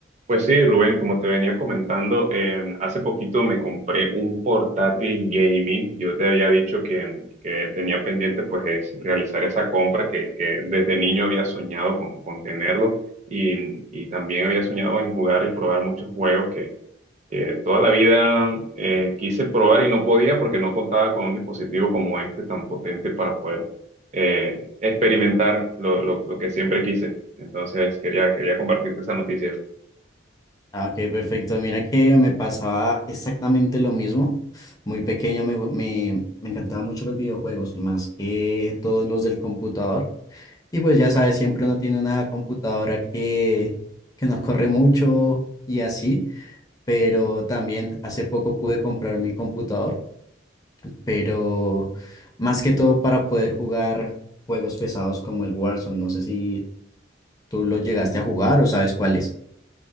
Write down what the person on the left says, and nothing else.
Ah, ok, perfecto. Mira que me pasaba exactamente lo mismo. Muy pequeño me, me, me encantaban mucho los videojuegos, más que todos los del computador. Y pues ya sabes, siempre uno tiene una computadora que, que no corre mucho y así. Pero también hace poco pude comprar mi computador, pero más que todo para poder jugar juegos pesados como el Warzone. No sé si tú lo llegaste a jugar o sabes cuál es.